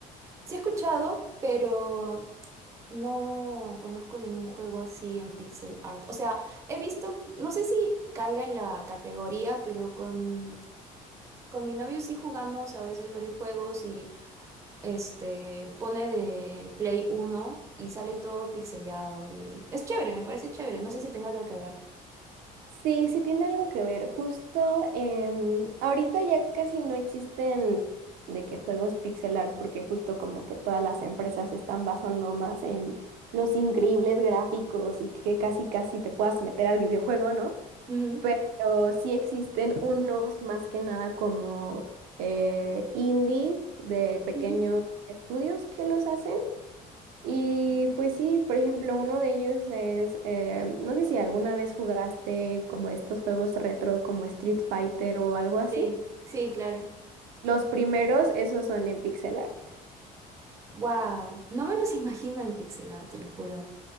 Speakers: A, on the right; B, on the right.
A: Sí he escuchado, pero no conozco ningún juego así en pixel art. O sea, he visto, no sé si caiga en la categoría, pero con, con mi novio sí jugamos a veces varios juegos y este pone de Play uno y sale todo pixeleado y es chévere, me parece chévere. No sé si tenga algo que ver.
B: Sí, sí tiene algo que ver. Justo em, ahorita ya casi no existen de que juegos pixel art, porque justo como que todas las empresas se están basando más en los increíbles gráficos y que casi casi te puedas meter al videojuego, ¿no?
A: Ujú.
B: Pero sí existen unos más que nada como eh, indie de pequeños
A: Ujú.
B: estudios que los hacen. Y pues sí, por ejemplo, uno de ellos es, eh, no sé si alguna vez jugaste como estos juegos retro como Street Fighter o algo así.
A: Sí. Sí, claro.
B: Los primeros, esos son en pixel art.
A: Wow, no me los <laughs> imagino en pixel art, te lo juro.